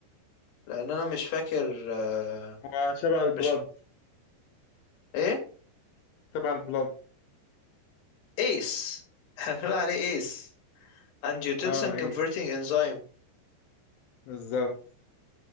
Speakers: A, on the left; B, on the left.
A: لان انا مش فاكر آه،
B: هو شبه البلاد
A: مش ايه
B: تبع البلاد
A: ايس <laughs> بنقول عليه ايس انجيوتنسين
B: اه
A: كونفرتنج
B: ايس
A: انزيم
B: بالظبط